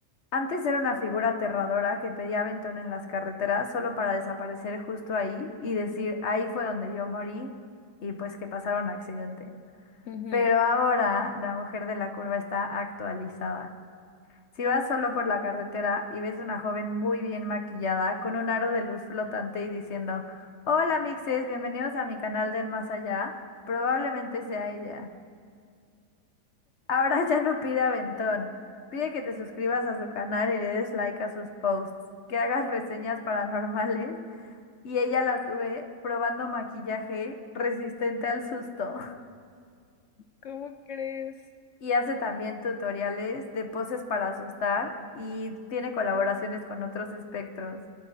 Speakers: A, on the left; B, on the left.
A: Antes era una figura aterradora que pedía aventón en las carreteras solo para desaparecer justo ahí y decir, ahí fue donde yo morí y pues que pasara un accidente.
B: Ujú.
A: Pero ahora la mujer de la curva está actualizada. Si vas solo por la carretera y ves una joven muy bien maquillada con un aro de luz flotante y diciendo, Hola mixes, bienvenidos a mi canal del más allá, probablemente sea ella. Ahora <laughs> ya no pide aventón, pide que te suscribas a su canal y le des like a sus posts, que hagas reseñas paranormales y ella las sube probando maquillaje resistente al susto.
B: ¿Cómo crees?
A: y hace también tutoriales de poses para asustar y tiene colaboraciones con otros espectros.